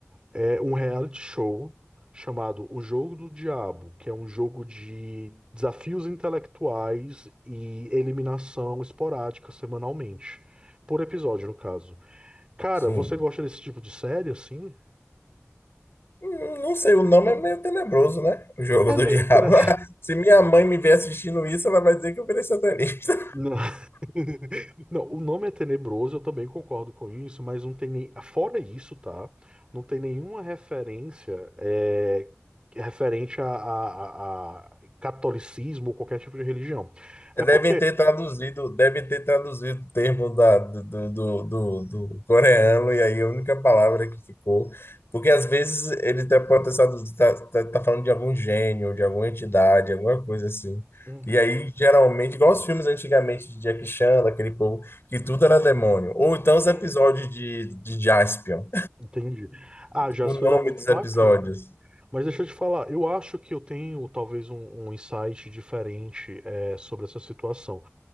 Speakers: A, on the right; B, on the left.
A: é um reality show chamado O Jogo do Diabo, que é um jogo de desafios intelectuais e eliminação esporádica semanalmente, por episódio, no caso. Cara,
B: Sim.
A: você gosta desse tipo de série assim?
B: Hum, Não sei, o nome é meio tenebroso, né? O jogo
A: É
B: do
A: meio
B: diabo.
A: que, né?
B: <laughs> Se minha mãe me ver assistindo isso, ela vai dizer que eu virei satanista.
A: Não, <laughs> não, o nome é tenebroso, eu também concordo com isso, mas não tem nem. Fora isso, tá? Não tem nenhuma referência é, referente a, a, a- a catolicismo ou qualquer tipo de religião.
B: <laughs>
A: É
B: Devem
A: porque.
B: ter traduzido, devem ter traduzido o termo da, do, do, do, do coreano, e aí a única palavra que ficou. Porque às vezes ele até pode estar tá, tá, tá falando de algum gênio, de alguma entidade, alguma coisa assim.
A: Uhum.
B: E aí, geralmente, igual os filmes antigamente de Jackie Chan, daquele povo, que tudo era demônio. Ou então
A: Uhum.
B: os episódios de, de Jaspion.
A: Entendi. Ah, Jasper
B: O nome
A: era muito
B: dos
A: bacana.
B: episódios.
A: Mas deixa eu te falar, eu acho que eu tenho talvez um, um insight diferente é, sobre essa situação.